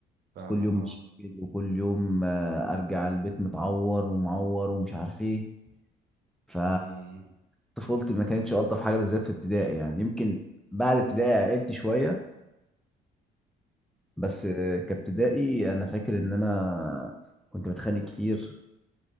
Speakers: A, on the right (about 60°); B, in the centre.
A: فاهمك
B: كل يوم
A: اه
B: مشاكل وكل يوم آه، ارجع البيت متعور ومعور ومش عارف ايه ف
A: امم
B: طفولتي ما كانتش الطف حاجه بالذات في ابتدائي يعني يمكن بعد ابتدائي عقلت شويه بس آه، كابتدائي انا فاكر ان انا كنت بتخانق كتير